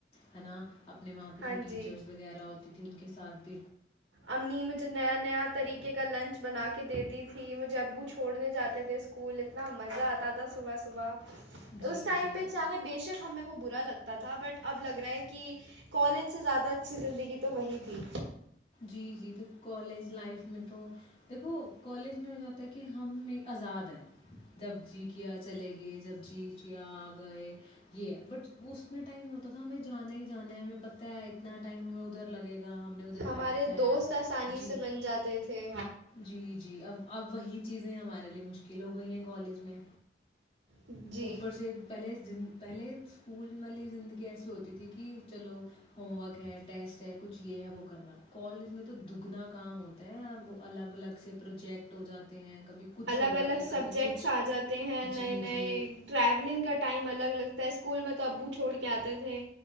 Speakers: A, on the left; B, on the right.
A: ہے نا اپنے وہاں پہ
B: ہاں
A: جو ٹیچرس
B: جی
A: وغیرہ ہوتی تھھی ان کے ساد
B: امی مجھے نیا نیا طریقے کا لنچ بنا کے دیتی تھی مجھے ابو چھ چھوڑنے جاتے تھے اسکول اتنا مزہ آتا تھا صبح صبح
A: جی،
B: اس ٹائم
A: جی۔
B: پہ چاہے بے شک ہمیں وہ برا لگتا تھا بٹ اب لگ رہا ہے کہ کالج سے زیادہ اچھی زندگی تو وہی تھی
A: جی جی تو کالج لائف میں تو دیکھو کالج میں ہو جاتا ہے کہ ہم ایک آزاد ہیں جب جی کیا چلے گئے جب جی یا گئے یہ بٹ اس میں ٹائم ہوتا تھا ہمیں جانا ہی جانا ہے ہمیں پت ہے اتنا ٹائم ہمیں ادھر لگے گا ہم نے ادھر
B: ہمارے
A: بیٹھنا ہے۔
B: دوست آسانی
A: جی،
B: سے بن جاتے تھے
A: جی، جی، اب اب وہی چیزیں ہمارے لیے مشکل ہو گئی ہیں کالج میں
B: جی
A: اوپر سے پہلے پہلے اسکول والی زندگی ایسی ہوتی تھی کہ چلو ہوم ورک ہے ٹیسٹ ہے کچھ یہ ہے وہ کر رہا کالج میں تو دگنا کام ہوتا ہے وہ الگ الگ سے پروجیکٹ ہو جاتے ہیں کبھی کچھ
B: الگ
A: ہو جاتا
B: الگ
A: ہے
B: سبجیکٹس
A: کبھی کچھ
B: آ جاتے ہیں نئے
A: جی
B: نئے
A: جی
B: ٹریولنگ کا ٹائم الگ لگتا ہے اس اسکول میں تو ابو چھوڑ کے آتے تھے